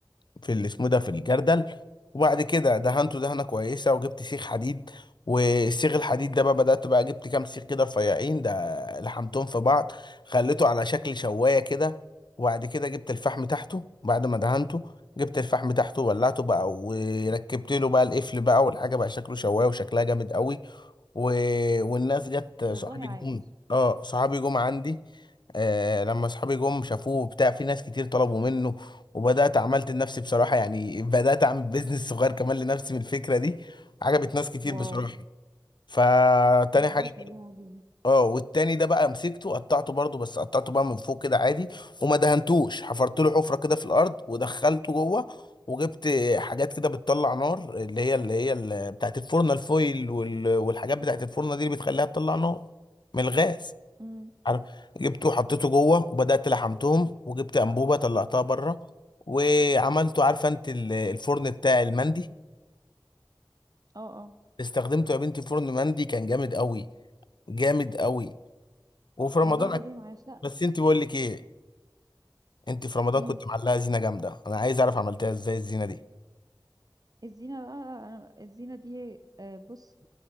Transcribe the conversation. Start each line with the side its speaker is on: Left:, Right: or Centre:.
Left: في اللي اسمه ده في الجردل وبعد كده دهنته دهنه كويسه وجبت سيخ حديد والسيخ الحديد ده بقى بدات بقى جبت كام سيخ كده رفيعين ده لحمتهم في بعض خليته على شكل شوايه كده وبعد كده جبت الفحم تحته بعد ما دهنته جبت الفحم تحته وولعته بقى وركبت له بقى القفل بقى والحاجه بقى شكله شوايه وشكلها جامد قوي و... والناس جت
Right: والله
Left: صحابي
Right: عاش
Left: جم اه صحابي جم عندي آه لما صحابي جم شافوه بتاع في ناس كتير طلبوا منه وبدأت عملت لنفسي بصراحة يعني بدأت أعمل بيزنس صغير كمان لنفسي من الفكرة دي عجبت ناس كتير
Right: واو
Left: بصراحة فتاني
Right: لا
Left: حاجة
Right: عاش والله عظيم
Left: اه والتاني ده بقى مسكته قطعته برضو بس قطعته بقى من فوق كده عادي وما دهنتوش حفرت له حفره كده في الارض ودخلته جوه وجبت حاجات كده بتطلع نار اللي هي اللي هي اللي بتاعت الفرن الفويل وال... والحاجات بتاعت الفرن دي اللي بتخليها تطلع نار من الغاز
Right: امم
Left: عارف جبته وحطيته جوه وبدات لحمتهم وجبت انبوبه طلعتها بره وعملته عارفه انت ال- الفرن بتاع المندي
Right: اه اه
Left: استخدمته يا بنتي فرن مندي كان جامد قوي جامد قوي وفي رمضان
Right: والله عظيم عاش لا
Left: بس انت بقول لك ايه انت في رمضان
Right: امم
Left: كنت معلقه زينه جامده انا عايز اعرف عملتها ازاي الزينه دي
Right: الزينه بقى انا الزينه دي آه، بص